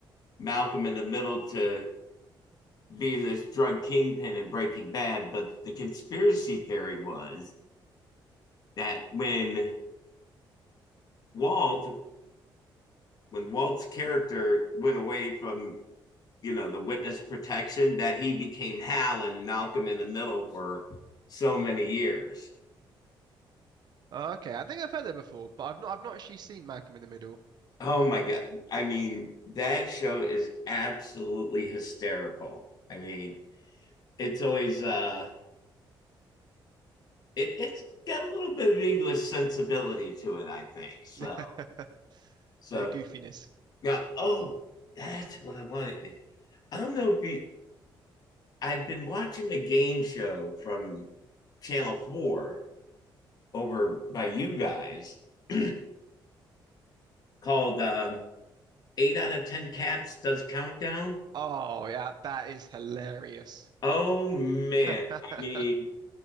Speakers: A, on the left; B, on the right.
A: Malcolm in the Middle to being this drug kingpin in Breaking Bad. But the conspiracy theory was that when Walt, when Walt's character went away from you know the witness protection that he became Hal and Malcolm in the Middle for so many years.
B: Uh, Okay, I think I've heard that before, but I've not I've not actually seen Malcolm in the Middle.
A: Oh my god! I mean, that show is absolutely hysterical. I mean, it's always uh, it, it's got a little bit of English sensibility to it, I think. So,
B: <laughs> Bit
A: so
B: of goofiness.
A: now, oh, that's what I wanted. I don't know if you. I've been watching a game show from Channel Four over by you guys. <clears throat> called um, Eight Out of Ten Cats Does Countdown.
B: Oh yeah, that is hilarious.
A: Oh man,
B: <laughs>
A: I mean,